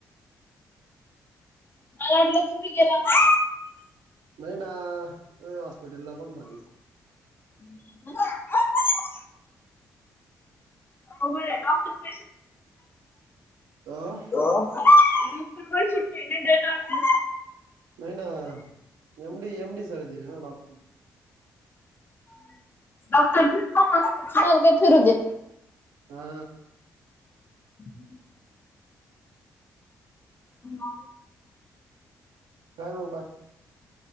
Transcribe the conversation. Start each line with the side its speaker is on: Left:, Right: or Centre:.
Left: मला वाटलं तुम्ही गेला ना.
Right: नाही ना हॉस्पिटल ला कोण जा
Left: <unintelligible> हो बर डॉक्टर का <inaudible>
Right: अ?
Left: डॉक्टर सुु्टी घेतात आप
Right: नाही ना एमडी एमडी सर्जरी आहे डॉक्टर.
Left: का फिरू दे.
Right: हा
Left: <unintelligible> डॉ
Right: काय मग